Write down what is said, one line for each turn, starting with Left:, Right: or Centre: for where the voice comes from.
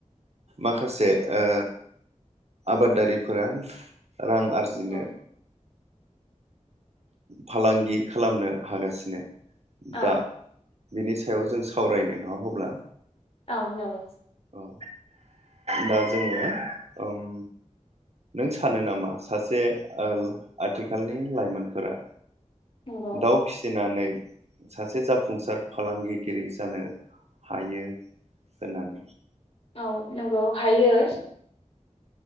Right: माखासे ओ आबादारिफोरा रां आरजिनो
Left: नंगौ
Right: फालांगि खालामनो हागासिनो
Left: औ
Right: दा बिनि सायाव जों सावरायनो नङा अब्ला
Left: औ नंगौ
Right: औ दा जोङो ओम नों सानो नामा सासे ओल आथिखालनि लाइमोनफोरा
Left: नंगौ
Right: दाउ फिसिनानै सासे जाफुंसार फालांगिगिरि जानो हायो होननानै?
Left: औ नंगौ हायो।